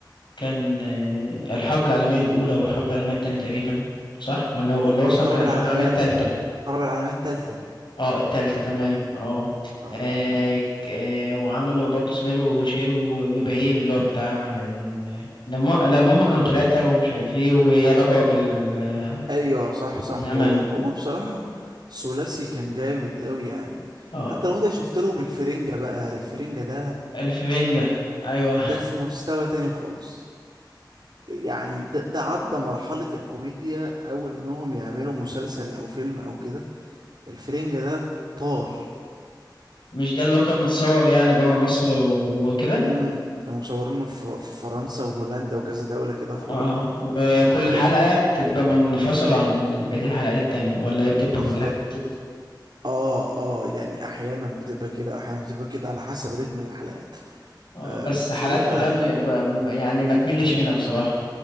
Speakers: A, on the left (about 80°); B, on the right (about 80°).
A: كان آه، الحرب العالمية الأولى والحرب العالمية التانية تقريبا صح ولا هو ولا
B: ال-
A: هو أصلا
B: الحرب
A: كان الحرب
B: العالمية
A: العالمية التالتة
B: ال- الحرب العالمية التالتة
A: اه التالتة تمام اه
B: آه
A: آه، ك- آه، وعملوا برضه سمير وشهير و- وبهير اللي هو بتاع آه، لما لما هم كانوا تلاتة ومش عارف ايه ورجعوا بال- آه،
B: ايوه صح صح
A: بالزمن
B: هو هما بصراحة ثلاثي كان جامد قوي يعني
A: اه
B: حتى لو انت شفت لهم الفرنجة بقى الفرنجة ده
A: الفرنجة ايوه
B: ده في مستوى تاني خالص يعني ده, ده عدى مرحلة الكوميديا او انهم يعملوا مسلسل او فيلم او كده الفرنجة ده طار
A: مش ده اللي هو كان متصور يعني بابا مصر و- وكده
B: امم كانوا مصورينه في في فرنسا وهولندا وكذا دولة كده
A: اه
B: في اوروبا
A: وكل حلقة
B: ال...
A: بتبقى منفصلة عن بقية الحلقات التانية ولا هي بتبقى
B: بالظبط
A: كلها بتت...
B: اه اه يعني احيانا بتبقى كده احيانا بتبقى كده على حسب رتم الحلقات
A: اه
B: آه
A: بس
B: فلا
A: حلقات كلها م- ب- يعني ما تملش منها بصراحة